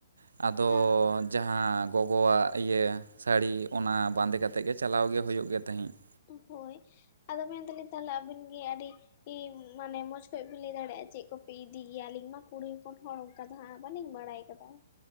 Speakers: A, on the right; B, on the left.
A: ᱟᱫᱚ
B: ᱛᱟ
A: ᱡᱟᱦᱟᱸ ᱜᱚᱜᱚᱣᱟᱜ ᱤᱭᱟᱹ ᱥᱟᱹᱲᱤ ᱚᱱᱟ ᱵᱟᱸᱫᱮᱹ ᱠᱟᱛᱮᱜ ᱜᱮ ᱪᱟᱞᱟᱣ ᱜᱮ ᱦᱳᱭᱳᱜ ᱜᱮ ᱛᱟᱦᱮᱸᱜ ᱾
B: ᱦᱳᱭ, ᱟᱫᱚ ᱢᱮᱱᱫᱟᱞᱤᱧ ᱛᱟᱞᱦᱮ ᱟᱵᱤᱱ ᱜᱮ ᱟᱰᱤ ᱤ ᱢᱟᱱᱮ ᱢᱚᱸᱡᱽ ᱠᱷᱚᱡ ᱵᱤᱱ ᱞᱟᱹᱭ ᱫᱟᱲᱮᱭᱟᱜᱼᱟ ᱪᱮᱫ ᱠᱚᱯᱮ ᱤᱫᱤ ᱜᱮᱭᱟ ᱟᱞᱤᱧ ᱢᱟ ᱠᱩᱲᱤ ᱦᱚᱯᱚᱱ ᱦᱚᱲ? ᱟᱫᱚ ᱦᱟᱸᱜ ᱵᱟᱞᱤᱧ ᱵᱟᱲᱟᱭ ᱟᱠᱟᱫᱟ ᱾